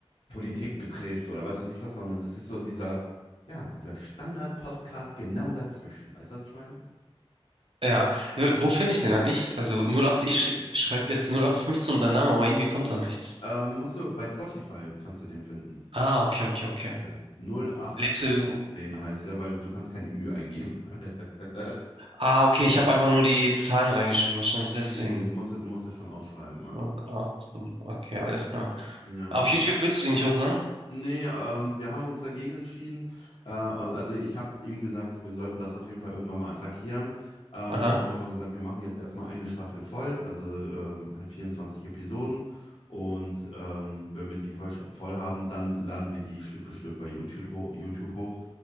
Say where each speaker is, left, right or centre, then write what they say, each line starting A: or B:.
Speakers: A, on the left; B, on the right.
A: Politik betrifft oder weiß was ich was, sondern das ist so dieser, ja, dieser Standard-Podcast genau dazwischen. Weißt du, was ich meine?
B: Ja. Äh, Wo finde ich den halt nicht? Also 08, ich sch schreibe jetzt 0815 und dein Name, aber irgendwie kommt da nichts.
A: Ähm, musst du bei Spotify kannst du den finden.
B: Ah, okay, okay, okay.
A: Ja. Null acht
B: Lädst
A: fünfzehn
B: du.
A: heißt er, weil du kannst kein Ü eingeben. <laughs>
B: Ah, okay, ich habe einfach nur die Zahlen reingeschrieben, wahrscheinlich deswegen.
A: nee, nee, nee, du musst, du musst das schon ausschreiben. Ja.
B: 08, okay, alles klar.
A: Ja.
B: Auf YouTube willst du die nicht hochladen?
A: Nee, ähm, wir haben uns dagegen entschieden. Äh, al- also ich habe ihm gesagt, so, wir sollten das auf jeden Fall irgendwann mal attackieren. Ähm,
B: Aha,
A: wir haben aber gesagt, wir machen jetzt erstmal eine Staffel voll, also ähm, halt 24 Episoden. Und ähm, wenn wir die voll, sch- voll haben, dann laden wir die Stück für Stück bei YouTube, ho YouTube hoch,